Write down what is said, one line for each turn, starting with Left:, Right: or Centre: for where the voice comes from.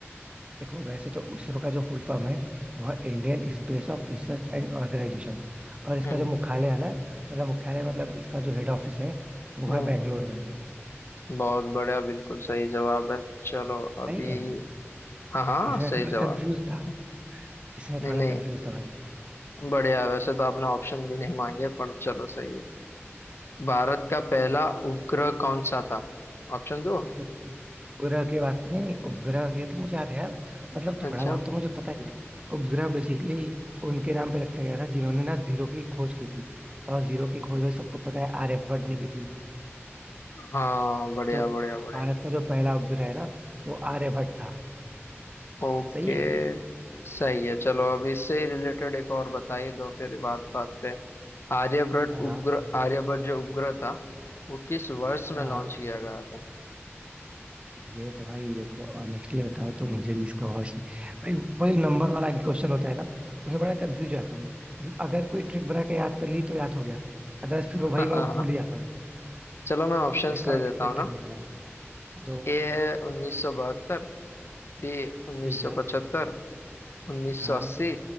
Right: देखो वैसे तो इसरो का जो फुल फॉर्म है वह Indian space of research and organisation और इसका
Left: हम्म
Right: जो मुख्यालय है ना मतलब मुख्यालय मतलब इसका जो हेड ऑफिस है वो
Left: हम्म
Right: है बैंगलोर में
Left: बहुत बढ़िया बिल्कुल सही जवाब है चलो अभी
Right: सही है
Left: हाँ हाँ
Right: इसमें
Left: सही
Right: थोड़ा
Left: जवाब
Right: कंफ्यूज था
Left: है
Right: इसमें
Left: नहीं
Right: थोड़ा
Left: नहीं
Right: कंफ्यूज था भाई
Left: बढ़िया है। वैसे तो आपने ऑप्शन भी नहीं मांगे पर चलो सही है भारत का पहला उपग्रह कौन सा था ऑप्शन दो
Right: देखो उपग्रह की बात नहीं नहीं उपग्रह ये तो मुझे याद है यार मतलब
Left: अच्छा
Right: थोड़ा बहुत तो मुझे पता ही है उपग्रह बेसिकली उनके नाम पे रखा गया था जिन्होंने ना जीरो की खोज की थी और जीरो की खोज भाई सबको पता है आर्यभट्ट ने की थी
Left: हाँ बढ़िया
Right: तो
Left: बढ़िया बढ़िया
Right: भारत का जो पहला उपग्रह है ना वो आर्यभट्ट था
Left: ओके
Right: सही है
Left: सही है चलो अब इससे ही रिलेटेड एक और बता ही दो फिर बात बात पे आर्यभट्ट
Right: हाँ हाँ
Left: उपग्रह आर्यभट्ट जो उपग्रह था वो किस वर्ष
Right: हाँ
Left: में लॉन्च
Right: हाँ
Left: किया गया
Right: ये तो भाई देखो ऑनेस्टली बताओ तो मुझे भी इसका होश नहीं भाई वो जो नंबर वाला क्वेश्चन होता है ना उसमें बड़ा कंफ्यूज जाता हूँ मतलब अगर कोई ट्रिक बना के याद कर ली तो याद हो गया अदरवाइज फिर
Left: था
Right: वो भाई मैं भूल ही
Left: <laughs>
Right: जाता हूँ
Left: चलो मैं ऑप्शंस
Right: इसका
Left: दे
Right: मैंने
Left: देता
Right: कोई
Left: हूँ
Right: ट्रिक
Left: ना
Right: नहीं बनाया तो
Left: ए है उन्नीस सौ बहत्तर बी उन्नीस
Right: ठीक
Left: सौ
Right: है
Left: पचहत्तर उन्नीस
Right: हाँ
Left: सौ अस्सी